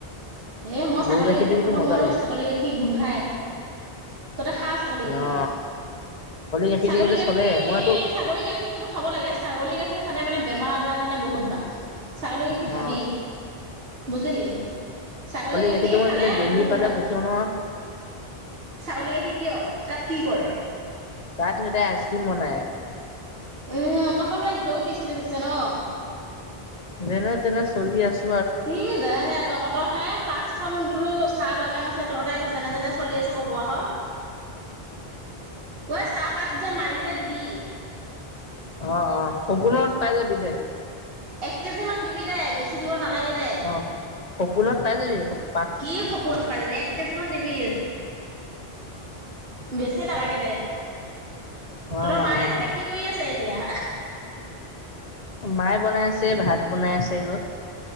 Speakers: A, on the right (about 65°); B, on the left (about 45°).
A: এ মই
B: গৰু
A: ছাগলী
B: গাখীৰটো
A: গাখীৰ
B: কিন্তু
A: খাব
B: মজা
A: নোৱাৰো
B: লাগে
A: ছাগলী
B: খাই
A: গাখীৰ গোন্ধাই, তহঁতে খাওঁ ছাগলী গাখীৰ?
B: অ গাখীৰটো
A: ছাগলী
B: কিন্তু
A: গাখীৰ
B: চলে মইতো
A: এই ছাগলী গাখীৰ কিন্তু খাব লাগে ছাগলী গাখীৰ খালে মানে বেমাৰ আজাৰৰ কাৰণে বহুত ভাল। ছাগলী গাখীৰ
B: অ
A: খাবি বুজিলি? ছাগলী গাখীৰ
B: গাখীৰটো মই
A: খালে
B: এইফালে দেলহি
A: বহুত
B: পালে
A: ভাল,
B: পঠিয়াও নহয়
A: ছাগলী গাখীৰ কিয় তাত কি কৰে?
B: তাত সিহঁতে আইচক্ৰীম বনাই
A: ইহ তহঁতৰ মানে ঢেউ বিচনেচ আছে ন?
B: যেনে তেনে চলি আছো -
A: ইহ যেনেতেনে তহঁতৰ হে পাঁচ খন বোলো চাহ বাগান আছে তহঁতে আকৌ যেনেতেনে চলি আছো ক'ব আহ। ঐ চাহপাত যে মাৰিলে দিবি।
B: অ অ সপোনত পাই যাবি দে।
A: এক কেজি মান দিবি দে বেছি দিব নালাগে দে
B: অ', সপোনত পায় যাবি সপো
A: কি সপোনত পাই যাবি? এক কেজি মান দিবি। বেছি নালাগে দে,
B: আমাৰ
A: তহঁতৰ মায়েহঁতে
B: আমাৰ
A: কি কৰি আছে এতিয়া?
B: মায়ে বনাই আছ ভাত বনাই আছে গৈ